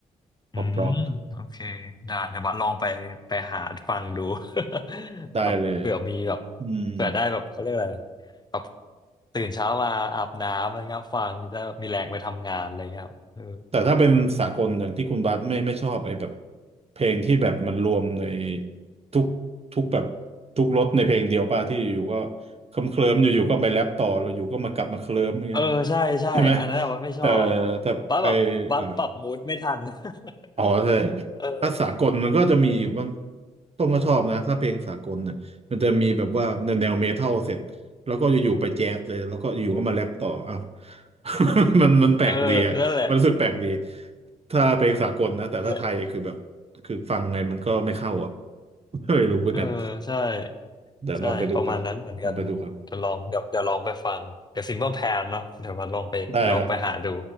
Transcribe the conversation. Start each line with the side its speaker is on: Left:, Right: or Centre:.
Left: อืมโอเค
Right: ปอบล็อก
Left: ได้เดี๋ยวบัดลองไปไปหาฟังดู <laughs>
Right: ได้เลย
Left: แบบเผื่อมีแบบ
Right: อืม
Left: เผื่อได้แบบเขาเรียกอะไรแบบตื่นเช้ามาอาบน้ำอะไรเงี้ยฟังจะได้แบบมีแรงไปทำงานอะไรเงี้ยเออ
Right: แต่ถ้าเป็นสากลอย่างที่คุณบัสไม่ไม่ชอบไอ้แบบเพลงที่แบบมันรวมในทุกทุกแบบทุกรสในเพลงเดียวป่ะที่อยู่ก็เคลิ้มเคลิมอยู่ๆก็ไปแรปต่อแล้วอยู่ก็มากลับมาเคลิ้มเงี้ย
Left: เออใช่ใช่อันนั้นอะบัดไม่ชอบ
Right: ใช่ไหมแต่แต่ไอ
Left: บัดแบบบัดปรับมูดไม่ทัน
Right: อ่า
Left: <laughs>
Right: อ๋อใช่
Left: เออ
Right: ถ้าสากลมันก็จะมีอยู่บ้างต้นก็ชอบนะถ้าเพลงสากลเนี่ยมันจะมีแบบว่าแนวแนวเมทัลเสร็จแล้วก็อยู่ๆไปแจ๊สเลยแล้วก็อยู่ๆก็มาแรปต่ออ้าว <laughs> มันมันแปลกดีอะมันรู้สึกแปลกดี
Left: เออนั่นแหละ
Right: ถ้าเพลงสากลนะแต่ถ้าไทยคือแบบคือฟังไงมันก็ไม่เข้าอ่ะ
Left: นั่นแหละ
Right: <laughs> ไม่รู้เหมือนกัน
Left: เออใช่
Right: เดี๋ยวลองไปดูครับลองไปดูครับ
Left: ใช่ประมาณนั้นเหมือนกันเดี๋ยวลองเดี๋ยวเดี๋ยวลองไปฟังเดี๋ยว Simple Plan เนาะเดี๋ยวบัดลองไปลองไปหาดู
Right: ได้ครับ